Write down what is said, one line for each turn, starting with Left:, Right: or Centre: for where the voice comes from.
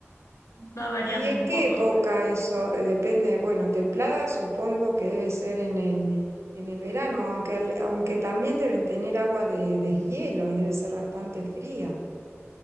Left: Va variando
Right: ¿Y en
Left: un
Right: qué
Left: poco.
Right: época eso? Eh, Depende, bueno, templada supongo que debe ser en el, en el verano, aunque, al- aunque también deben tener agua de deshielo y debe ser bastante fría.